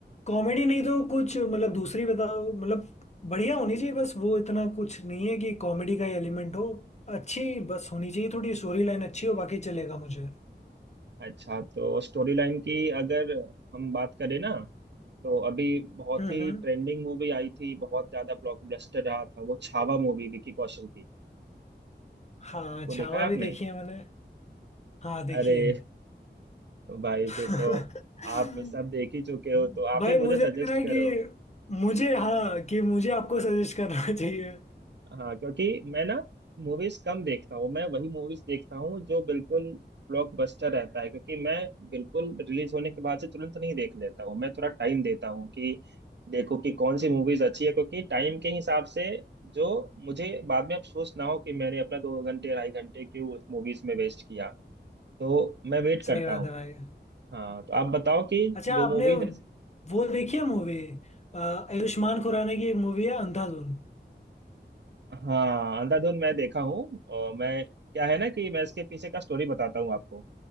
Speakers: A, on the left; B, on the right.
A: कॉमेडी नहीं तो कुछ मतलब दूसरी बताओ मतलब बढ़िया होनी चाहिए बस वो इतना कुछ नहीं है कि कॉमेडी का एलिमेंट हो अच्छी बस होनी चाहिए थोड़ी स्टोरी लाइन अच्छी हो बाकी चलेगा मुझे
B: अच्छा तो स्टोरी लाइन की अगर हम बात करें ना तो अभी बहुत
A: हम्म
B: ही
A: हम्म।
B: ट्रेंडिंग मूवी आई थी बहुत ज्यादा ब्लॉकबस्टर रहा था वो छावा मूवी विकी कौशल की
A: हाँ
B: वो
A: छावा
B: देखा है आपने
A: भी देखी है मैंने हाँ देखी
B: अरे
A: है
B: भाई
A: <laughs>
B: फिर तो आप सब देख ही चुके हो तो आप
A: भाई
B: ही मुझे
A: मुझे लग
B: सजेस्ट
A: रहा है
B: करो
A: कि मुझे हाँ कि मुझे आपको सजेस्ट करना <laughs> चाहिए
B: हाँ क्योंकि मैं ना मूवीज कम देखता हूँ मैं वही मूवीज देखता हूँ जो बिल्कुल ब्लॉकबस्टर रहता है क्योंकि मैं बिल्कुल रिलीज होने के बाद से तुरंत नहीं देख लेता हूँ मैं थोड़ा टाइम देता हूँ कि देखो कि कौन सी मूवीज अच्छी है क्योंकि टाइम के हिसाब से जो मुझे बाद में अफसोस ना हो कि मैंने अपना दो घंटे ढाई घंटे क्यों उस मूवीज में वेस्ट किया तो मैं वेट
A: सही
B: करता
A: बात
B: हूँ
A: है भाई
B: हाँ तो आप बताओ कि
A: अच्छा
B: जो
A: आपने
B: मूवी जैसे
A: वो देखी है मूवी आयुष्मान खुराना की एक मूवी है अंधाधुन
B: हाँ अंधाधुन मैं देखा हूँ और मैं क्या है ना कि मैं इसके पीछे का स्टोरी बताता हूँ आपको